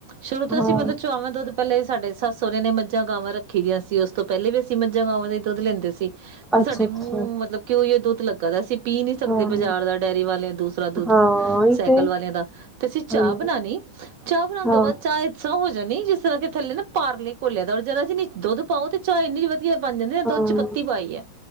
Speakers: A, on the right; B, in the centre.
A: ਸ਼ੁਰੂ ਤੋਂ
B: ਹਾਂ
A: ਅਸੀਂ ਮਤਲਬ ਚੁਅਵਾ ਪਹਿਲੇ ਸਾਡੇ ਸੱਸ ਸਹੁਰਰੇ ਨੇ ਮੱਝਾਂ ਗਾਵਾਂ ਰੱਖੀ ਦੀਆਂ ਸੀ। ਉਸ ਤੋਂ ਪਹਿਲੇ ਵੀ ਅਸੀਂ ਮੱਝਾਂ ਗਾਵਾਂ ਦਾ ਦੁੱਧ ਲੈਂਦੇ ਸੀ। ਤੇ
B: ਅੱਛਾ
A: ਸਾਡੇ
B: ਅੱਛਾ
A: ਮੂੰਹ ਮਤਲਬ ਕਿ ਉਹੀ ਦੁੱਧ ਲੱਗਾ ਸੀ। ਪੀ ਸਕਦੇ
B: ਹਾਂ
A: ਬਾਜ਼ਾਰ ਦਾ ਡੇਅਰੀ ਵਾਲਿਆਂ ਦੂਸਰਾ ਦੁੱਧ
B: ਹਾਂ ਇਹ
A: ਸਾਈਕਲ
B: ਤੇ
A: ਵਾਲਿਆਂ ਦਾ। ਤੇ ਅਸੀਂ ਚਾਹ
B: ਹਾਂਜੀ
A: ਬਣਾਉਣੀ ਚਾਹ ਬਣਾਉਣ
B: ਹਾਂ
A: ਤੋਂ ਬਾਅਦ ਚਾਹ ਇਹ ਹੋ ਜਿਸ ਤਰ੍ਹਾਂ ਕਿ ਥੱਲੇ ਨਾ ਪਾਰਲੇ ਘੋਲਿਆ ਦ ਉਰ ਜ਼ਦਾ ਜਨੀ ਦੁੱਧ ਪਾਓ ਤੇ ਚਾਹ ਇੰਨੀ ਵਧੀ ਵਧੀਆ ਬਣ ਜਾਂਦੀ ਨਾ
B: ਹਾਂ
A: ਦੁੱਧ ਚ ਪੱਤੀ ਪਾਈ ਹੈ।